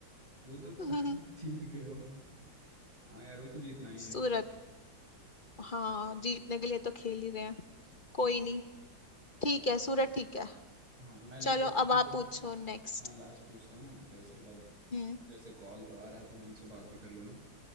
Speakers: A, on the right (about 20°); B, on the left (about 35°).
A: वो तो
B: <laughs>
A: <laughs> जीत गए हो हाँ यार वो तो जीतना ही है
B: सूरत हाँ जीतने के लिए तो खेल ही रहे हैं कोई नहीं ठीक है सूरत ठीक है
A: हाँ मैं
B: चलो
A: एक लाख
B: अब आप पूछो नेक्स्ट
A: हाँ लास्ट पूछता हूँ फिर उसके बाद
B: हम्म
A: जैसे कॉल तो आ रहा है तो मैं उनसे बात भी कर लूंगा